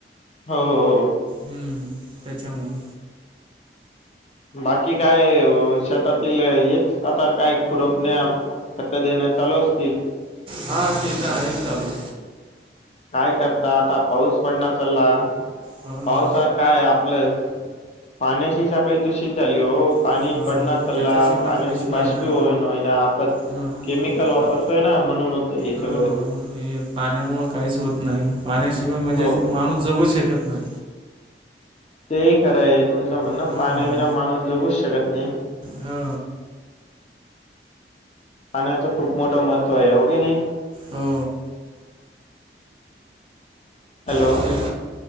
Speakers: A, on the left (about 35°); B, on the right (about 30°).
A: हो हो
B: हम्म त्याच्यामुळे
A: बाकी काय शेतातील हेच आता काय खुरपणे खत देणं चालू असतील.
B: हा ते तर आहेच चालू.
A: काय करता आता पाऊस पडणार चालला
B: हो ना
A: पावसात काय आपलं पाण्यासची सकाळी दूषित झाली हो पाणी
B: अं,
A: पडणार चालला
B: त्याच्याशिवाय
A: पाण्याची
B: काहीच नाही
A: बाष्पी
B: ना
A: होईनय ना आपण
B: मग
A: केमिकल वापरतोय
B: पा-
A: ना म्हणून, तर हे सगळें
B: हो हे पाण्यामुळं काहीच होत नाही पाण्याशिवाय म्हणजे
A: हो
B: माणूस जगू शकत नाही.
A: ते ह खरं आहे तुमचं म्हणण
B: हो
A: पाण्याविना माणूस जगूच शकत नाही.
B: हो
A: आणि तर खूप मोठं महत्त्व आहे हो की नाही
B: हो
A: हॅलो
B: तेच